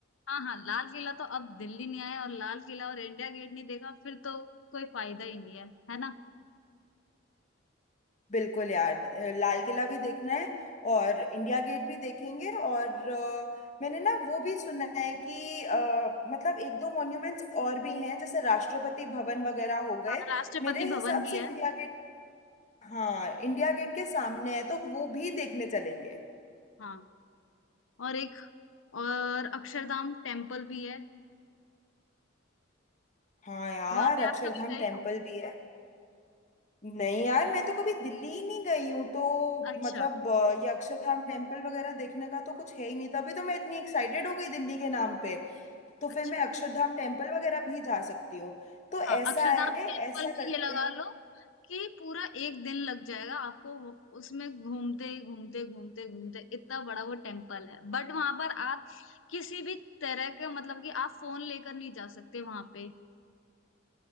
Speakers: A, on the left; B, on the left.
A: हाँ हाँ लाल किला तो अब दिल्ली नहीं आया और लाल किला और इंडिया गेट नहीं देखा फिर तो कोई फायदा ही नहीं है है ना
B: बिल्कुल यार अ, लाल किला भी देखना है और इंडिया गेट भी देखेंगे और अ, मैंने ना वो भी सुना है कि अ, मतलब एक दो मॉन्यूमेंट्स और भी हैं जैसे राष्ट्रपति भवन वगैरह हो गए
A: हाँ राष्ट्रपति
B: मेरे हिसाब
A: भवन भी
B: से
A: है
B: इंडिया गेट हाँ इंडिया गेट के सामने है तो वो भी देखने चलेंगे
A: हाँ और एक और अक्षरधाम टेम्पल भी है
B: हाँ यार
A: वहां पे
B: अक्षरधाम
A: आप कभी गए
B: टेम्पल
A: हो
B: भी है नहीं यार मैं तो कभी दिल्ली ही नहीं गई हूँ तो
A: अच्छा
B: मतलब अ, ये अक्षरधाम टेम्पल वगैरह देखने का तो कुछ है ही नहीं तभी तो मैं इतनी एक्साइटेड हो गई दिल्ली के नाम पे तो फिर
A: अच्छा
B: मैं अक्षरधाम टेम्पल वगैरह भी जा सकती हूँ तो
A: हाँ
B: ऐसा
A: अक्षरधाम
B: है
A: टेम्पल
B: ऐसा
A: में
B: करते
A: ये लगा
B: हैं
A: लो कि पूरा एक दिन लग जाएगा आपको वो- उसमें घूमते घूमते घूमते घूमते इतना बड़ा वो टेम्पल है बट वहां पर आप किसी भी तरह के मतलब कि आप फोन लेकर नहीं जा सकते वहां पे